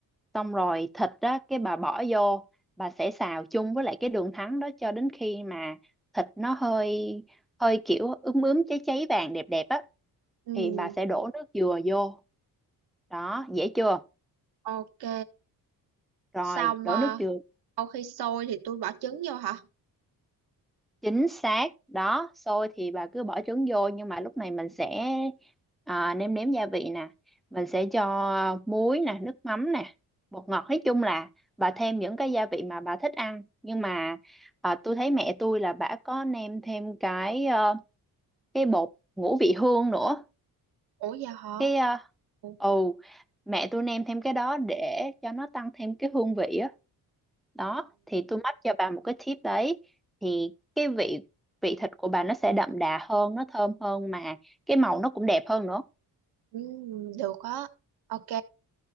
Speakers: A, in the centre; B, on the right.
A: Xong rồi thịt đó cái bà bỏ vô, bà sẽ xào chung với lại cái đường thắng đó cho đến khi mà thịt nó hơi hơi kiểu ướm ướm cháy cháy vàng đẹp đẹp á
B: Ừ
A: thì bà sẽ đổ nước dừa vô. Đó, dễ chưa?
B: ok.
A: Rồi,
B: Xong
A: đổ
B: ờ,
A: nước dừa
B: sau khi sôi thì tôi bỏ trứng vô hả?
A: chính xác đó xôi thì bà cứ bỏ trứng vô nhưng mà lúc này mình sẽ à, nêm nếm gia vị nè mình sẽ cho muối nè nước mắm nè bột ngọt nói chung là bà thêm những cái gia vị mà bà thích ăn nhưng mà à, tôi thấy mẹ tôi là bà có nêm thêm cái ờ, cái bột ngũ vị hương nữa
B: Ủa giờ hả?
A: cái ờ,
B: Ừ,
A: ồ mẹ tôi nêm thêm cái đó để cho nó tăng thêm cái hương vị á đó thì tôi mách cho bà một cái tip đấy thì cái vị vị thịt của bà nó sẽ đậm đà hơn nó thơm hơn mà cái màu nó cũng đẹp hơn nữa
B: ừ được á. Ok,